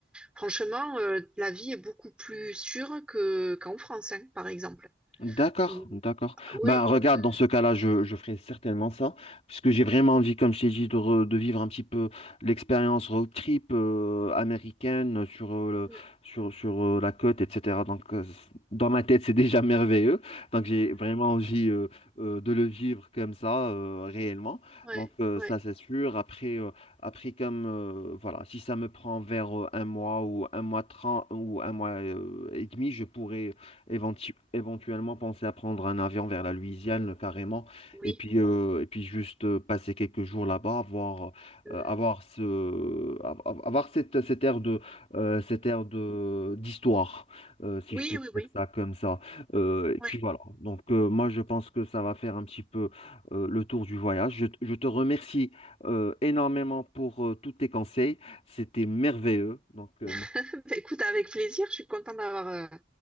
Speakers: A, in the centre; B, on the left.
A: Franchement, euh, la vie est beaucoup plus sûre que, qu'en France, hein, par exemple.
B: D'accord,
A: Ou-
B: d'accord.
A: Ouais,
B: Ben, regarde,
A: euh,
B: dans ce cas-là, je, je ferai certainement ça, puisque j'ai vraiment envie, comme je t'ai dit, de, re- de vivre un petit peu l'expérience road trip euh, américaine sur, euh, le-
A: mm,
B: sur, sur euh, la côte, etc. Donc, euh, c- dans ma tête, c'est déjà <laughs> merveilleux. Donc, j'ai vraiment envie euh, euh, de le vivre comme ça, euh, réellement.
A: ouais,
B: Donc, euh,
A: ouais,
B: ça, c'est sûr. Après, euh, après comme, euh, voilà, si ça me prend vers euh, un mois ou un mois trente ou un mois euh, et demi, je pourrais éventu- éventuellement penser à prendre un avion vers la Louisiane euh, carrément,
A: oui.
B: et puis, euh, et puis juste euh, passer quelques jours là-bas, voir,
A: mm.
B: euh, avoir ce, av- av- avoir cette, cette ère de, euh, cette ère de, d'histoire, euh, si
A: Oui,
B: je peux
A: oui,
B: dire
A: oui.
B: ça comme ça. Euh, et
A: Ouais.
B: puis voilà. Donc euh, moi, je pense que ça va faire un petit peu euh, le tour du voyage. Je, t- je te remercie euh, énormément pour euh, tous tes conseils. C'était merveilleux. Donc, euh,
A: <laughs> Bah, écoute, avec plaisir, je suis contente d'avoir euh,